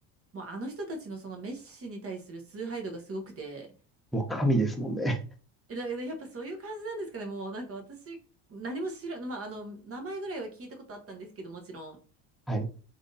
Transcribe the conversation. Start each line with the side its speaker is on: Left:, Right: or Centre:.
Right: もうあの人たちのそのメッシに対する崇拝度がすごくて、
Centre: もう神ですもんね。
Right: え、だ、<laughs> だやっぱそういう感じなんですかね。もうなんか私、何も知らん、まあ、あの、名前ぐらいは聞いたことあったんですけど、もちろん。
Centre: はい。